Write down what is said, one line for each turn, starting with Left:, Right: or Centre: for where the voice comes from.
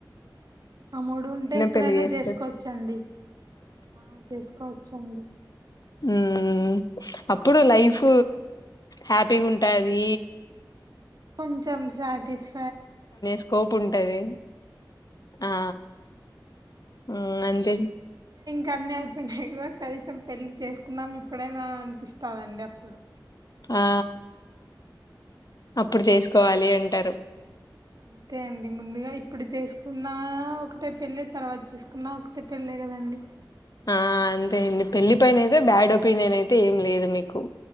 Right: ఆ మూడు ఉంటే ఎప్పుడైనా
Left: పెళ్లి చేసుకోవచ్చు
Right: చేసుకోవచ్చండి ఆ చేసుకోవచ్చండి
Left: హు మ్ అప్పుడు లైఫ్ హ్యాపీగా ఉంటాది
Right: కొంచెం సాటిస్
Left: స్కోప్ ఉంటది ఆ హు అంతే
Right: కన్ని అయిపోయినయ్ కనీసం పెళ్లి చేసుకున్నాాం ఇప్ ప్పుడైనా అనిపిస్తందండి అప్పుడు
Left: ఆ అప్పుడు చేసుకోవాలి అంటారు
Right: అంతే అండి ముందుగా ఇప్పుడు చేసు కున్న ఒకటే పెళ్ళి తర్వాత చేసుకున్న ఒకటే పెళ్ళే కదండి
Left: ఆ అంతే అండి పెళ్లిి పైన అయితే బ్యాడ్ ఒపీనియన్ అయితే ఏం లేదు మీకు